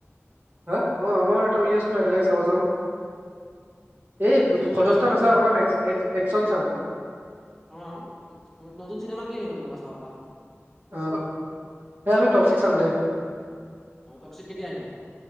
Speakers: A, on the right; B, in the centre.
A: হা অ, আমাৰ এটা উলিয়াচোন একেলগে চাব যাম। এই
B: নতুন চিনেমা
A: ফটোৱা-ছটোৱা
B: কি আহিব
A: নাচাওঁ,
B: চাব
A: অকল
B: পৰা
A: এক্সন চাম।
B: অ, নতুন চিনেমা কি আহিব তেনেকুৱা চাব পৰা?
A: অ, এই আমি টক্সিক চাম দে।
B: অ, টক্সিক কেতিয়া আহিব?